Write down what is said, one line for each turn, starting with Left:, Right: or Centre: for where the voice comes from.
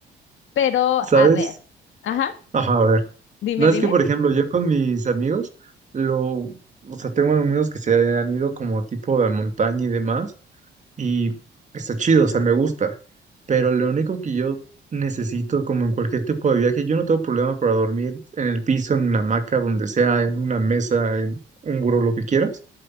Left: Pero,
Right: ¿sabes?
Left: a ver, ajá,
Right: Ajá, a ver.
Left: dime,
Right: No es
Left: dime,
Right: que, por ejemplo, yo con mis amigos, lo, o sea, tengo amigos que se han ido como tipo de montaña y demás. y está chido, o sea, me gusta. Pero lo único que yo necesito, como en cualquier tipo de viaje, yo no tengo problema para dormir en el piso, en una hamaca, donde sea, en una mesa, en un buró, lo que quieras,